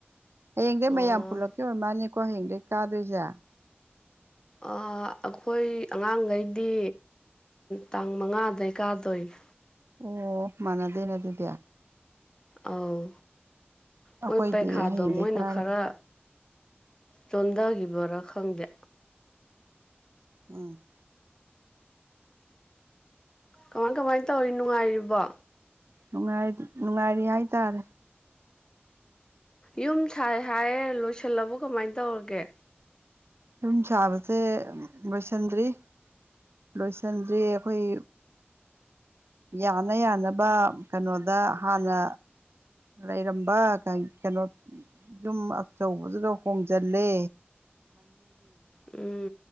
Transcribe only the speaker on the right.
ꯍꯌꯦꯡꯗꯩ
ꯃꯌꯥꯝ ꯄꯨꯜꯂꯞꯀꯤ ꯑꯣꯏꯔ ꯃꯥꯜꯅꯤꯀꯣ ꯍꯌꯦꯡꯗꯩ ꯀꯥꯗꯣꯏꯁꯦ
ꯑꯣ ꯃꯥꯅꯗꯦꯅ ꯑꯗꯨꯗꯤ
ꯑꯩꯈꯣꯏꯗꯤ
ꯍꯌꯦꯡꯗꯩ
ꯀꯥꯔꯅꯤ
ꯎꯝ
ꯅꯨꯡꯉꯥꯏꯔꯤ ꯅꯨꯡꯉꯥꯏꯔꯤ ꯍꯥꯏꯇꯥꯔꯦ
ꯌꯨꯝ ꯁꯥꯕꯁꯦ ꯂꯣꯏꯁꯟꯗ꯭ꯔꯤ ꯂꯣꯏꯁꯟꯗ꯭ꯔꯤ ꯑꯩꯈꯣꯏ ꯌꯥꯅ ꯌꯥꯅꯕ ꯀꯩꯅꯣꯗ ꯍꯥꯟꯅ ꯂꯩꯔꯝꯕ ꯀꯩ ꯀꯩꯅꯣ ꯗꯨꯝ ꯑꯆꯧꯕꯗꯨꯗ ꯍꯣꯡꯖꯜꯂꯦ